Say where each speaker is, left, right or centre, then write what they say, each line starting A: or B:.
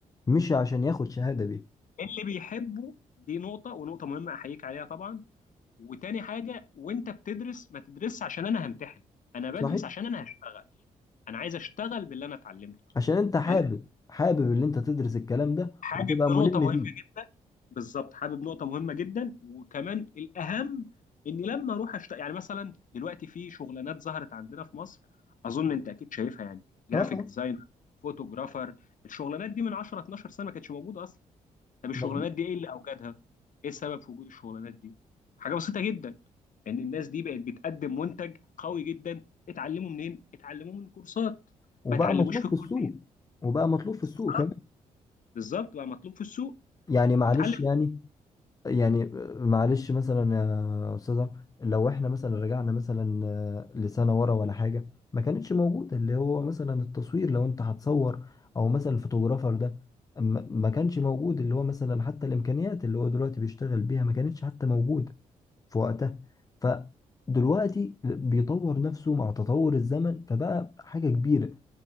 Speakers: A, on the left (about 20°); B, on the left (about 50°).
A: مش عشان ياخد شهادة بيه
B: اللي بيحبه دي نقطه ونقطه مهمه احييك عليها طبعا وتاني حاجه وانت بتدرس ما تدرسش عشان انا همتحن انا بدرس
A: صحيح
B: عشان انا هشتغل انا عايز اشتغل باللي انا اتعلمته
A: عشان انت حابب
B: لان
A: حابب اللي انت تدرس الكلام ده
B: حابب
A: وتبقى ملم
B: نقطة مهمة
A: بيه
B: جدا بالظبط حابب نقطة مهمة جدا وكمان الأهم إني لما أروح أشت... يعني مثلا دلوقتي في شغلانات ظهرت عندنا في مصر أظن أنت أكيد شايفها يعني جرافيك
A: اه اه
B: ديزاينر فوتوغرافر الشغلانات دي من 10 12 سنة ما كانتش موجودة أصلا طب الشغلانات
A: مظبوط
B: دي إيه اللي أوجدها؟ إيه سبب في وجود الشغلانات دي؟ حاجة بسيطة جدا إن الناس دي بقت بتقدم منتج قوي جدا اتعلموا منين؟ اتعلموه من كورسات
A: وبقى
B: ما اتعلموش
A: مطلوب
B: في
A: في
B: الكلية
A: السوق وبقى مطلوب في
B: بالظبط
A: السوق كمان
B: بالظبط بقى مطلوب في السوق
A: يعني معلش
B: اتعلم
A: يعني يعني معلش مثلا يا استاذه لو احنا مثلا رجعنا مثلا آه، لسنه ورا ولا حاجه ما كانتش موجوده اللي هو مثلا التصوير لو انت هتصور او مثلا الفوتوغرافر ده ما ما كانش موجود اللي هو مثلا حتى الامكانيات اللي هو دلوقتي بيشتغل بيها ما كانتش حتى موجوده في وقتها فدلوقتي بيطور نفسه مع تطور الزمن فبقى حاجه كبيره